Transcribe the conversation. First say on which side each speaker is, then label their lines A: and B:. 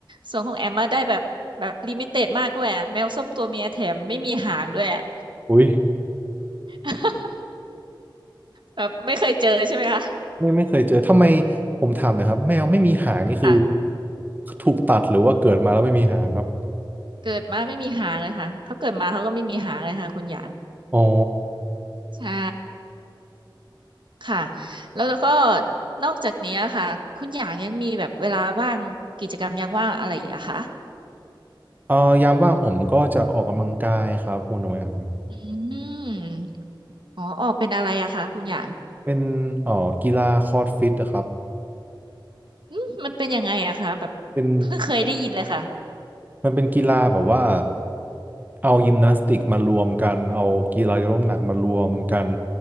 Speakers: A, on the right; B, on the right.
A: ส่วนของแอมมาได้แบบแบบลิมิเต็ดมากด้วยอะแมวส้มตัวเมียแถมไม่มีหางด้วยอะ
B: อุ้ย
A: <laughs> แบบไม่เคยเจอใช่ไหมคะ
B: ไม่ไม่เคยเจอทำไมผมถามหนะครับแมวไม่มีหางนี่คือ
A: ค่ะ
B: ถูกตัดหรือว่าเกิดมาแล้วไม่มีหางครับ
A: เกิดมาไม่มีหางเลยค่ะเขาเกิดมาเขาก็ไม่มีหางเลยค่ะคุณหยาง
B: อ๋อ
A: ใช่ค่ะแล้วแล้วก็นอกจากนี้ค่ะคุณหยางยังมีแบบเวลาว่างกิจกรรมยามว่างอะไรอีกอะคะ
B: เอ่อยามว่างผมก็จะออกกำลังกายครับคุณโอแอม
A: อืมอ๋อออกเป็นอะไรอะคะคุณหยาง
B: เป็นเอ่อกีฬาคอร์ดฟิตนะครับ
A: อืมมันเป็นยังไงอะคะแบบเพิ่งเคยได้ยินเลยค่ะ
B: เป็นมันเป็นกีฬาแบบว่าเอายิมนาสติกมารวมกันเอากีฬายกน้ำหนักมารวมกัน